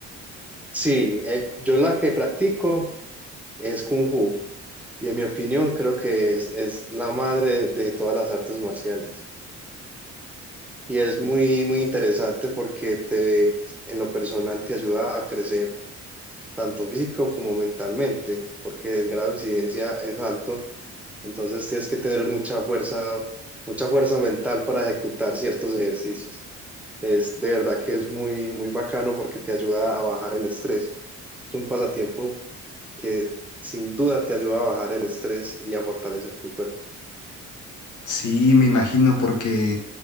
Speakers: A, in the centre; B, on the left.
A: Sí, eh, yo la que practico es Kung Fu y en mi opinión creo que es, es la madre de todas las artes marciales. Y es muy, muy interesante porque te, en lo personal te ayuda a crecer tanto físico como mentalmente, porque el grado de exigencia es alto, entonces tienes que tener mucha fuerza, mucha fuerza mental para ejecutar ciertos ejercicios. Es de verdad que es muy, muy bacano porque te ayuda a bajar el estrés. Es un pasatiempo que sin duda te ayuda a bajar el estrés y a fortalecer tu cuerpo.
B: Sí, me imagino, porque